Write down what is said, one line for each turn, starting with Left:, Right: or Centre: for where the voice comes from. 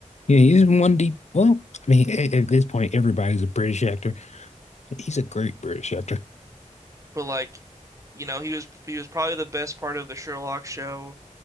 Left: Yeah, he's in one deep. Well, I mean, at, at this point, everybody's a British actor. He's a great British actor.
Right: But like you know, he was he was probably the best part of the Sherlock show.